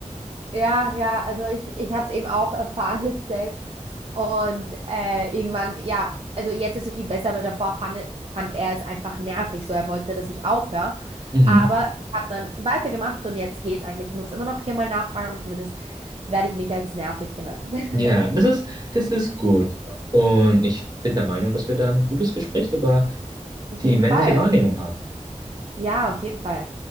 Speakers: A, on the right; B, on the right.
A: Ja, ja, also ich, ich habe es eben auch erfahren jetzt selbst. Und äh, irgendwann, ja, also jetzt ist es viel besser, aber davor fand, fand er es einfach nervig. So, er wollte, dass ich aufhöre.
B: Mhm.
A: Aber ich habe dann weitergemacht und jetzt geht's eigentlich. Ich muss immer noch viermal nachfragen, aber zumindest werde ich nicht als nervig genannt.
B: Ja,
A: <laughs>
B: das ist, das ist gut. Und ich bin der Meinung, dass wir da ein gutes Gespräch über
A: Auf
B: die
A: jeden
B: männliche
A: Fall.
B: Wahrnehmung haben.
A: Ja, auf jeden Fall.